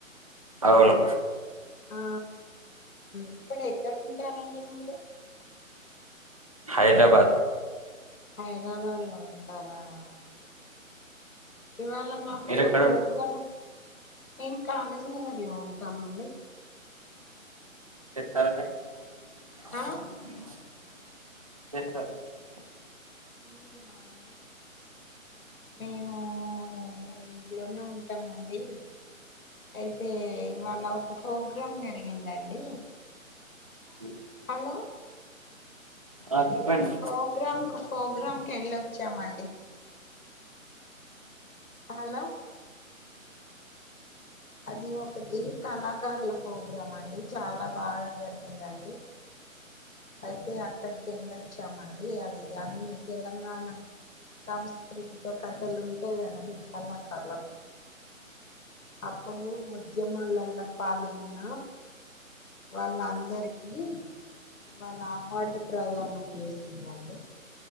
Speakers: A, on the right; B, on the left.
A: అవును
B: ఆ ఇప్పుడు ఎక్కడుంటారండి మీరు
A: హైదరాబాద్
B: హైదరాబాద్ లో ఉంటారా ఓకే ఓకే ఇవ్వాళ మాకు
A: మీరు
B: ఒక
A: ఎక్కడ
B: ఫోగ్రాం ఏం కానాజీ నగర్ లో ఉంటామండి
A: <unintelligible>
B: ఆ
A: <unintelligible>
B: మేమా అండి మేము ఇగ ఇంట్లోనే ఉంటామండి అయితే ఇవ్వాళ ఒక ఫోగ్రాం జరిగిందండి
A: హ్
B: హలో
A: ఆ చెప్పండి
B: ప్రోగ్రాంకు ప్రోగ్రాంకి వెళ్ళొచ్చామండి హలో అది ఒకటి కళాకారుల ప్రోగ్రాం అండి చాలా బాగా జరిగిందండి అయితే అక్కడికి వెళ్ళొచ్చామండి అది అన్నీ తెలంగాణ సాంస్కృతిక కథలు ఉంటాయి కదండి కళాకార్లప్పుడు అప్పుడు ఉద్యమాలలో పాల్గొన్న వాళ్ళ అందరికి ఇవాళ అవార్డు ప్రధానం చేస్తుందండి